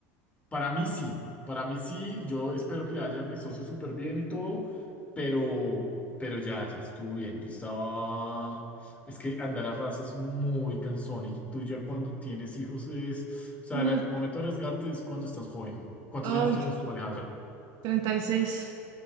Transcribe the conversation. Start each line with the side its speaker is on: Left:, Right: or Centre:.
Left: Para mí sí, para mí sí, yo espero que le vaya a mi socio súper bien y todo, pero, pero ya, ya estuvo bien. Yo estaba, es que andar a ras es muy cansón y tú ya cuando tienes hijos es, o sea,
Right: Uf,
Left: la- el momento de arriesgarte es cuando estás joven. ¿Cuántos
Right: ay,
Left: años tienes tú, Alejandra?
Right: treinta y seis